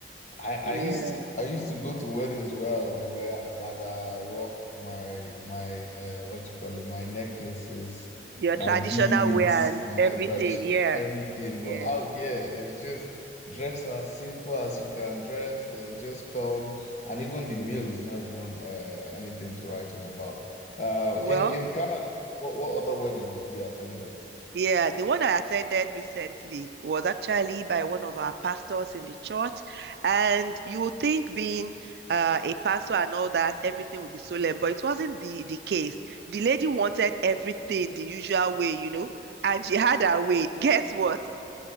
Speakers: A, on the left; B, on the right.
A: I I
B: Yeah.
A: used to I used to go to weddings well, where I would wear agbada, rock my my uh, what you call it, my necklaces,
B: Your
A: my
B: traditional
A: beads,
B: wear and
A: my
B: everything.
A: tradition,
B: Yeah.
A: <laughs> everything. But
B: Yeah.
A: out here, it's just dress as simple as you can dress, then just come. And even the meal is not even uh, anything to write home about. Um,
B: Well,
A: in in Canada, what what other weddings have you attended?
B: Yeah, the one I attended recently was actually by one of our pastors in the church. And you would think being uh, a pastor and all that, everything would be solemn, but it wasn't the, the case. The lady wanted everything the usual way, you know, and she had her way. <laughs> Guess what?